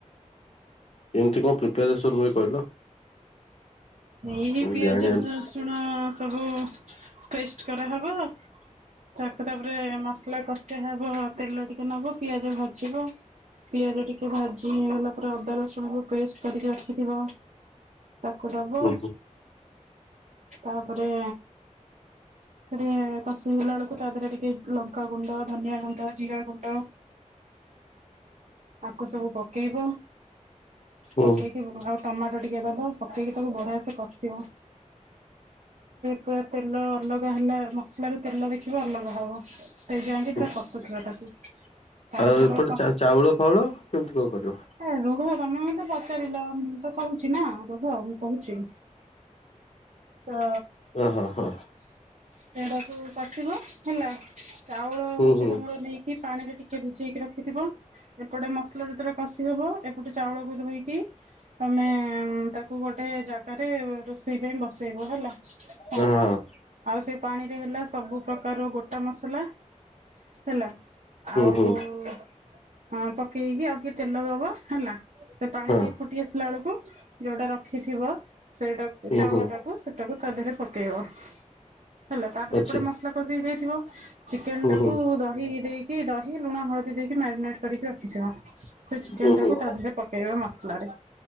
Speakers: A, on the left; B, on the right.
A: କେମିତି କଣ ପ୍ରିପ୍ୟାରେସନ୍ ହୁଏ କହିଲ?
B: ଏଇ
A: ମୁଁ
B: ପିଆଜ,
A: ଜାଣିବାକୁ
B: ରଶୁଣ ସବୁ ପେଷ୍ଟ କରାହେବ। ତାକୁ ତାପରେ ମସଲା କସା ହବ, ତେଲ ଟିକେ ନବ ପିଆଜ ଭାଜିବ। ପିଆଜ ଟିକେ ଭାଜି ହେଇଗଲା ପରେ ଅଦା ରସୁଣକୁ ପେଷ୍ଟ କରିକି ରଖିଥିବ ତାକୁ ଦବ
A: ହୁଁ ହୁଁ
B: ତାପରେ ସେ ଟିକେ କଷି ହେଇଗଲା ବେଳକୁ ତା ଦେହରେ ଟିକେ ଲଙ୍କା ଗୁଣ୍ଡ, ଧନିଆ ଗୁଣ୍ଡ, ଜିରା ଗୁଣ୍ଡ ଆକୁ ସବୁ ପକେଇବ।
A: ହୁଁ
B: ପକେଇକି ଆଉ ଟମାଟୋ ଟିକେ ଦବ, ପକେଇକି ତାକୁ ବଢିଆ ସେ କଷିବ। ସେ ତେଲ ଅଲଗା ହେଲା ମସଲା ରୁ ତେଲ ଦେଖିବ ଅଲଗା ହବ। ସେଇ ଜାଇକେ
A: ହୁଁ।
B: ତା କଷୁଥିବ ତାକୁ ତାପରେ
A: ଆଉ
B: ଯେତେବେଳ
A: ଏପଟେ
B: କ
A: ଚା ଚାଉଳ ଫାଉଳ କେମିତି କଣ କରିବ?
B: ଏ ରୁହ ତମେ ମତେ ପଚାରିଲ ମୁଁ ତ କହୁଛି ନା ରୁହ ମୁଁ କହୁଛି। ତ
A: ହଁ ହଁ ହଁ
B: ସେଗୁଡାକୁ କସିବ ହେଲା। ଚାଉଳ ହଉଛି
A: ହୁଁ ହୁଁ
B: ତମର ନେଇକି ପାଣିରେ ଟିକେ ଭିଜେଇକି ରଖିଥିବ। ଏପଟେ ମସଲା ଯେତେବେଳେ କଷି ହବ ଏପଟେ ଚାଉଳକୁ ଧୋଇକି ତମେ ତାକୁ ଗୋଟେ ଜାଗା ରେ ରୋଷେଇ ପାଇଁ ବସେଇବ ହେଲା ଭାତ।
A: ହଁ ହଁ
B: ଆଉ ସେ ପାଣିରେ ହେଲା ସବୁ ପ୍ରକାରର ଗୋଟା ମସଲା ହେଲା ଆଉ
A: ହୁଁ ହୁଁ
B: ହଁ ପକେଇକି ଆଉ ଟିକେ ତେଲ ଦବ ହେଲା ସେ ପାଣି
A: ହଁ
B: ଟିକେ ଫୁଟି ଆସିଲା ବେଳକୁ ଯୋଉଟା ରଖିଥିବ ସେଇଟାକୁ
A: ହୁଁ
B: ଚାଉଳ
A: ହୁଁ
B: ଟାକୁ ସେଟାକୁ ତା ଦେହରେ ପକେଇବ। ହେଲା ତାପରେ
A: ଆଚ୍ଛା
B: ଏପଟେ ମସଲା କଷି ହେଇ ଯାଇଥିବ ଚିକେନ
A: ହୁଁ
B: ଟାକୁ
A: ହୁଁ
B: ଦହି ଦେଇ କି ଦହି ଲୁଣ ହଳଦୀ ଦେଇକି ମ୍ୟାରିନେଟ କରିକି ରଖିଥିବ। ସେ ଚିକେନ
A: ହୁଁ ହୁଁ
B: ଟାକୁ ତା ଦେହରେ ପକେଇବା ମସଲ ରେ